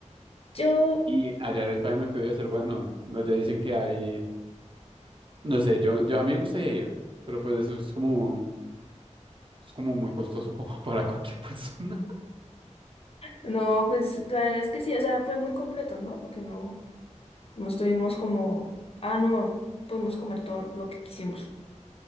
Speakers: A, on the left (about 50°); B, on the right (about 45°).
A: yo,
B: Y allá en España me es que debe ser bueno. Allá dicen que hay, no sé, yo, yo a mí me gustaría ir, pero pues eso es como, es como muy costoso como <laughs> para cualquier persona.
A: no, pues la verdad es que sí, o sea, fue muy completo, ¿no? Porque no, no estuvimos como, ah, no, pudimos comer todo lo que quisimos.